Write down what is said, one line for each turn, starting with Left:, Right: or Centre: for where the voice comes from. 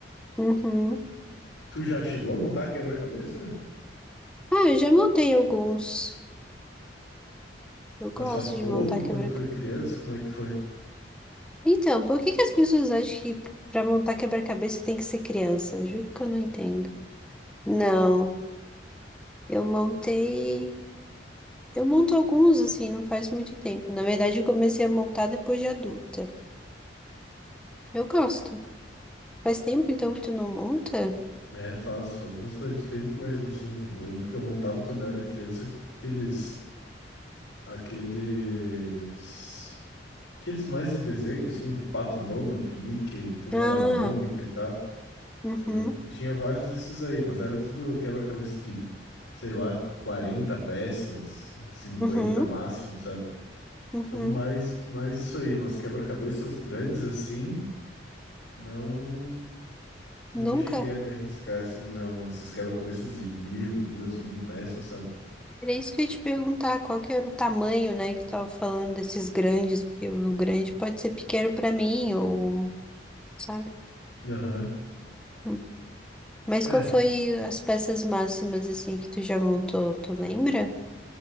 Centre: uhum.
Left: Tu já chegou a montar quebra-cabeça?
Centre: Ah, eu já montei alguns. Eu
Left: Mas
Centre: gosto
Left: faz pouco,
Centre: de montar
Left: quando
Centre: quebra-cabeça.
Left: foi criança, como é que foi?
Centre: Então, por que que as pessoas acham que pra montar quebra-cabeça tem que ser criança? Juro que eu não entendo. Não, eu montei. Eu monto alguns assim, não faz muito tempo. Na verdade, eu comecei a montar depois de adulta. Eu gosto. Faz tempo então que tu não monta?
Left: É, faz, faz bastante tempo mesmo, sim. Eu lembro que eu montava quando eu era criança aqueles, aqueles, aqueles mais de desenho, assim, Pato Donald, Mickey, Turma
Centre: Ah,
Left: da Mônica e tal.
Centre: uhum.
Left: Então, eu tinha vários desses aí, mas era tudo quebra-cabeça de, sei lá, 40 peças, cinquenta
Centre: Uhum,
Left: máximo, sabe?
Centre: uhum.
Left: Então, mais, mais isso aí, mas quebra-cabeças grandes assim, não não
Centre: Nunca.
Left: cheguei a me arriscar assim, não, nesses quebra-cabeças de mil, duas mil peças, sabe?
Centre: Era isso que eu ia te perguntar, qual que era o tamanho, né, que tu tava falando desses grandes, porque o grande pode ser pequeno pra mim, ou, sabe?
Left: Aham.
Centre: Hum. Mas
Left: É.
Centre: qual foi as peças máximas, assim, que tu já montou, tu lembra?